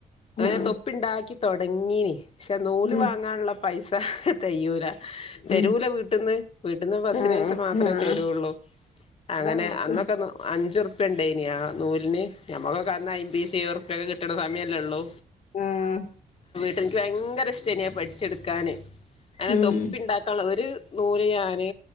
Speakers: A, on the left; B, on the left.
A: അങ്ങനെ
B: ആഹ്
A: തൊപ്പുണ്ടാക്കി തുടങ്ങീനെ പക്ഷെ നൂല്
B: ഉം
A: വാങ്ങാനുള്ള പൈസ തെകയുല തെരുല
B: ഉം
A: വീട്ടന്ന് വീട്ടന്ന് ബസ്സിന്
B: ആഹ്
A: പൈസ മാത്രം.
B: ആഹ്
A: അ തരുള്ളൂ അങ്ങനെ
B: അതങ്ങൻത്തന്നെ
A: അന്നൊക്കെ അന്ന് അഞ്ചുറുപ്പി ഇപ്പണ്ടേനി ആ നൂലിന് നമുക്കെ അന്ന് അയൻമ്പിസ് റുപ്പൊക്കെ കിട്ടണ സമയമല്ലേ ഉള്ളൂ.
B: ആഹ്
A: എക്ക് ഭയങ്കര ഇഷ്ടാനെ പഠിച്ചെടുക്കാന് അനെ
B: ഉം
A: തൊപ്പിണ്ടാക്കാനുള്ള ഒരു നൂറ് യാന്